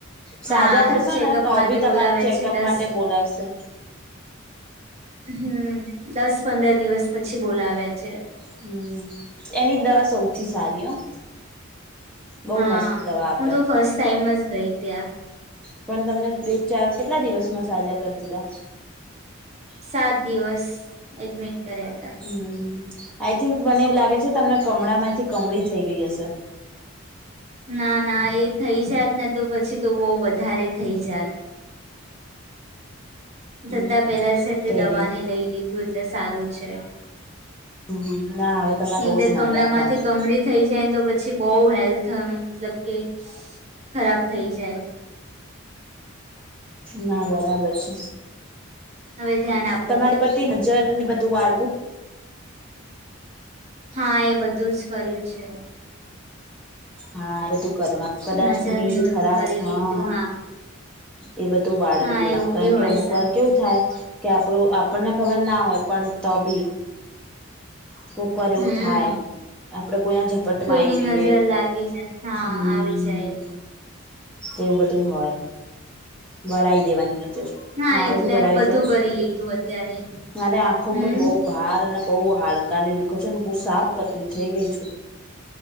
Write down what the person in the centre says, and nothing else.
સાજા
થશો
ને તો
બી તમારા
ચેકઅપ
માટે બોલાવશે.
હમ્મ. એની દવા સૌથી સારી હો. બહુ
મસ્ત દવા આપે
પણ તમને બે ચાર, કેટલા દિવસમાં સાજા કર દીધા?
હમ્મ. આઈ થિંક મને એવું લાગે છે તમને કમળામાંથી કમળી થઈ ગઈ હશે.
હમ
કઈ
નહી
હમ ના હવે તમારે
બહુ ધ્યાન
રાખવાનું
ના બરાબર છે.
તમારી પ્ર નજર ને બધું વાળવું.
હા એ બધું કરવાનું કદાચ
કોની
એ બી
ખરાબ
હા.
એ બધું વાળવી
દેનું
કારણ
કે અમુક
વાર કેવું થાય. કે આપડું આપણને ખબર ના હોય પણ તોભી. કુકર એવું
થાય, આપડે કોઈના ઝપટમાં
આવી
જઈએ.
હમ.
એવું બધું હોય, વળઈ દેવાની નજર.
મારેભી
વડાવી
છે,
મારે આંખો
ઉપર બહુ ભાર અને બહુ હાડકા ને દુઃખે છે ને હું સાફ પતલી થઈ ગઈ છું.